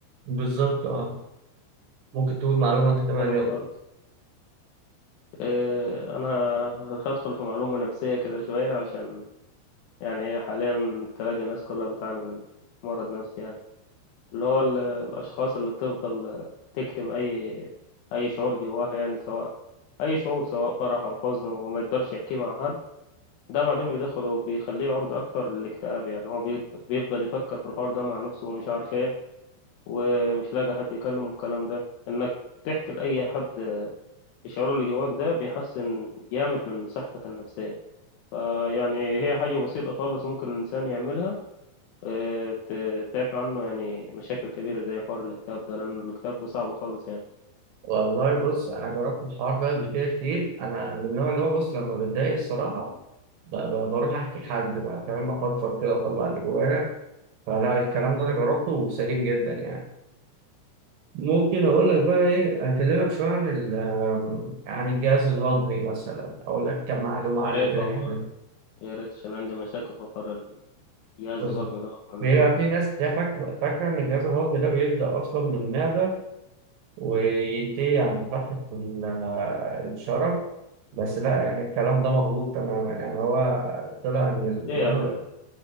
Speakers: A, on the right; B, on the left.
A: بالظبط اه ممكن تقول معلومة انت كمان
B: حلو
A: يلا
B: خالص آه، انا ه- هدخل في معلومة نفسية كده شوية عشان يعني هي حاليا تلاقي الناس كلها بتعاني من مرض نفسي يعني اللي هو ال- الاشخاص اللي بتفضل آه، تكتم اي اي شعور جواها يعني سواء اي شعور سواء فرح او حزن وما يقدرش يحكيه مع حد ده بعدين بيدخله بيخليه عرضة أكتر للاكتئاب يعني هو بيض- بيفضل يفكر في الحوار ده مع نفسه ومش عارف إيه ومش لاقي حد يكلمه الكلام ده إنك تحكي لأي حد الشعور اللي جواك ده بيحسن جامد من صحتك النفسية فيعني هي حاجة بسيطة خالص ممكن الإنسان يعملها آه، ت- تعفي عنه يعني مشاكل كبيرة زي حوار الاكتئاب ده لأن الاكتئاب ده صعب خالص يعني
A: والله بص انا جربت الحوار ده قبل كده كتير انا من النوع اللي هو بص لما بتضايق الصراحة ب- ب- بروح احكي لحد بقى فاهم افرفر كده اطلع اللي جوايا فلا الكلام ده انا جربته وسليم جدا يعني ممكن اقول لك بقى ايه اكلمك شويه عن ال- آم، عن الجهاز الهضمي مثلا اقول لك كم معلومه عنه
B: يا ريت
A: كده
B: والله
A: حلو
B: يا ريت عشان عندي مشاكل في حوار الجهاز
A: بص
B: الهضمي ده أصلا
A: بيبقى
B: يعتبر
A: في ناس كتير فاك- فاكره ان الجهاز الهضمي ده بيبدا اصلا من المعده وينتهي عند فتحه ال- آه، الشرج بس لا يعني الكلام ده مغلوط تماما يعني هو طلع ان الجهاز
B: إيه يا عم